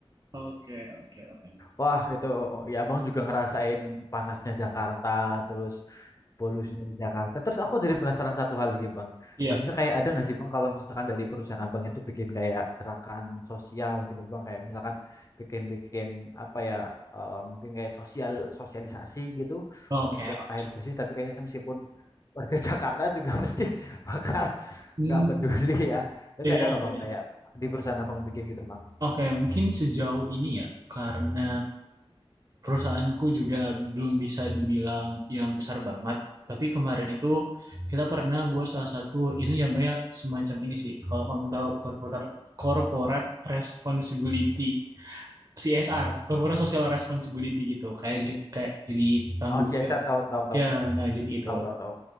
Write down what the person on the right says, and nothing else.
Oke, oke, oke.
Iya,
oke,
oke.
Hmm,
iya,
iya.
Oke, mungkin sejauh ini ya, karena perusahaanku juga belum bisa dibilang yang besar banget. Tapi kemarin itu kita pernah buat salah satu ini namanya semacam ini sih. Kalau kamu tahu corporate corporate responsibility CSR, corporate social responsibility gitu. Kayak j- kayak jadi tanggung
jawab.
Ya, nah jadi itu.